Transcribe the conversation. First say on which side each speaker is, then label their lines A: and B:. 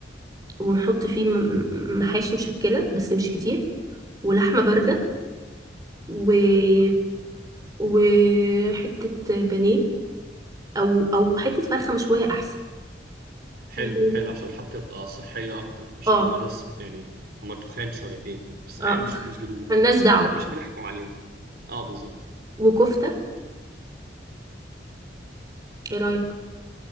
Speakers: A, on the right; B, on the right.
A: ونحط فيه م- م- محاشي مشكله بس مش كتير ولحمه بارده
B: مم.
A: و... وحتة بانيه أو أو
B: مم.
A: حتة فرخة مشوية أحسن
B: حلو
A: و-
B: حلو عشان حتى تبقى صحيه اكتر عشان
A: اه
B: هما ناس يعني هما تخان شويتين بس يعني
A: اه
B: مش مش بن...
A: ملناش دعوة
B: مش هنحكم عليهم اه بالظبط
A: وكفتة ايه رأيك